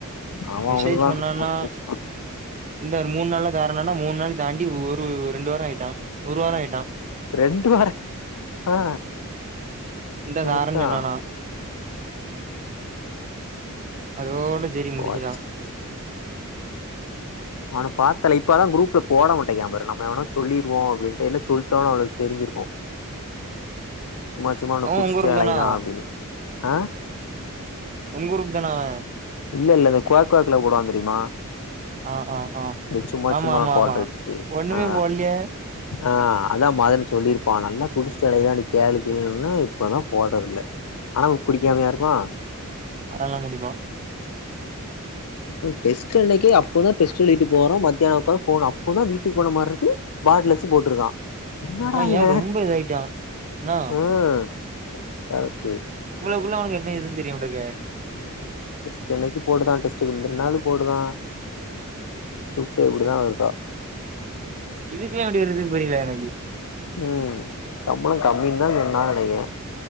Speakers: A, on the left; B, on the right.
A: அவன்
B: மெசேஜ்
A: அவுளுதா
B: பண்ணான்னா
A: ஒர் பேச்சுதா
B: இந்த ஒரு மூணு நாள்ல தாரணன்னா மூணு நாள் தாண்டி ஒரு ரெண்டு வாரோ ஆய்ட்டான் ஒரு வாரோ ஆய்ட்டா
A: ரெண்டு வார ஆ
B: இந்தா
A: சரிதா
B: தாரன் சொன்னானா அதோடு சேரின்
A: போச்சு
B: முடிஞ்சுதா
A: அவன பாத்தலே இப்பதா குரூப்ல போட மாட்டிங்ன்கா பாரு நம்ம எவனோ சொல்லிருவோ அப்டின்ட்டு இல்ல சொல்ட்டோன் அவனு தெரிஞ்சிருக்கு சும்மா சும்மா அவன
B: அவ
A: குடிஸ்ட்டே
B: உங்க குரூப்
A: அலைறான்
B: தானா
A: அப்டின்னு ஆ
B: ஒங்க ரூம்தான அவன்
A: இல்ல இல்ல இந்த குளக் ஓரத்துல போடுவான் தெரிமா
B: அவ ஆ ஆ ஆ
A: இந்த சும்மா
B: ஆமா
A: சும்மா
B: ஆமா
A: கோட்ரு
B: ஆமா
A: அடிஸ்ட்டு
B: ஒண்ணுமே
A: ஆ
B: போடலையே
A: ஆ அதா மதன்னு சொல்லிருப்பான் நல்லா குடிஸ்ட்டு அலைதா நீ கேளு கேளுன்னு இப்பதா போட்றதுல்ல ஆனா குடிக்காமையா இருப்பான்
B: அதெல்லா குடிப்பான்
A: டெஸ்ட் அன்னைக்கு அப்பதான் டெஸ்ட் எழுதிட்டு போறோ மத்தியான அப்புறோ போறான் அப்போதா வீட்டுக்கு போனமார்ருக்கு பேக்ல வச்சு போட்ருக்கான் என்னடா
B: அவ
A: இவன்
B: ஏ ரொம்ப இதாயிட்டா என்னா
A: ம் காலக்கே
B: இவுளோக்குல்ல அவனுக்கு என்ன இதுன் தெரிய மாட்டுக்கே
A: டெஸ்ட் அன்னைக்கு போடுதான் டெஸ்டுக்கு முந்துனாலு போடுதா துட்டு எப்டிதா வருதோ
B: இதுக்கெல்லா எப்டி வருதுனு புரியல எனக்கு
A: ம் சம்பளோ கம்மின்தா சொன்னாங்க நெனைக்கிறே